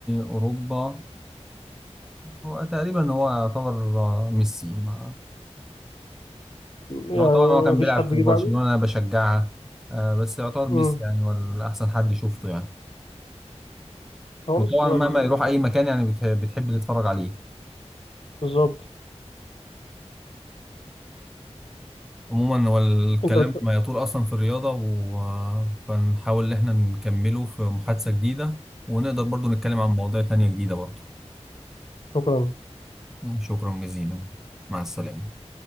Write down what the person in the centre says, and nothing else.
اوروبا هو تقريبا هو يعتبر آه، ميسي ما-
هو طبعا هو كان
بيلعب
في
برشلونه
انا بشجعها آه، بس يعتبر ميسي
يعني هو احسن حد شفته يعني
وطبعا
مهما
يروح اي مكان يعني بتح- بتحب تتفرج عليه
عموما هو الكلام
ما يطول اصلا في الرياضه و... فنحاول ان احنا نكمله في محادثه جديده ونقدر برضو نتكلم عن مواضيع تانية جديده برضو
شكرا جزيلا مع السلامه